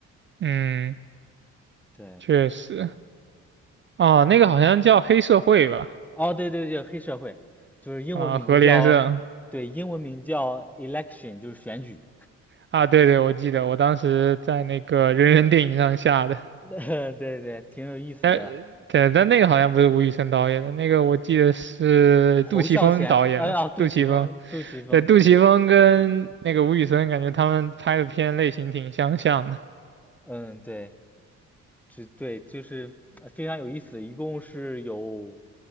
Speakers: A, on the right (about 40°); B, in the centre.
A: 嗯，
B: 对，
A: 确实。哦，那个好像叫黑社会吧？
B: 哦对对对，黑社会就是英文名叫，
A: 啊，何连胜。
B: 对，英文名叫 election，就是选举。
A: 啊，对对，我记得，我当时在那个人人电影上下的。
B: <laughs> 对对，挺有意思的。
A: 哎，对，但那个好像不是吴宇森导演的，那个我记得是杜琪峰导演的。
B: 侯孝贤，哎呀，杜琪峰，
A: 杜琪峰，
B: 杜琪峰，
A: 对，杜琪峰跟那个吴宇森，
B: 杜琪峰，
A: 感觉他们拍的片类型挺相像的。
B: 嗯，对，就对，就是呃非常有意思。一共是有